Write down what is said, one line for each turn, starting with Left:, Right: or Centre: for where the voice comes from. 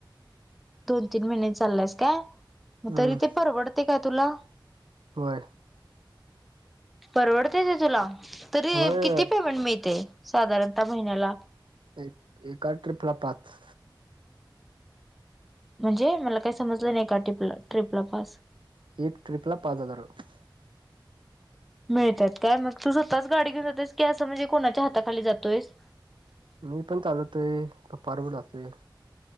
Centre: दोन तीन महिने चाललायस काय मग
Right: हम्म
Centre: तरी ते परवडतयं काय तुला?
Right: होय.
Centre: परवडतयं ते तुला तरी
Right: होय
Centre: किती पेमेंट मिळतंय? साधारणता महिन्याला?
Right: एक एका ट्रिपला पाच.
Centre: म्हणजे मला काही समजलं नाही. एका ट्रिप ट्रिपला पाच.
Right: एक ट्रिपला पाच हजार रुपये.
Centre: मिळतात काय? मग तू स्वतःच गाडी घेऊन जातोयस कि असं तू म्हणजे कोणाच्या हाताखाली जातोयसं?
Right: मी पण चालवतोय. पप्पा बरोबर जातोय.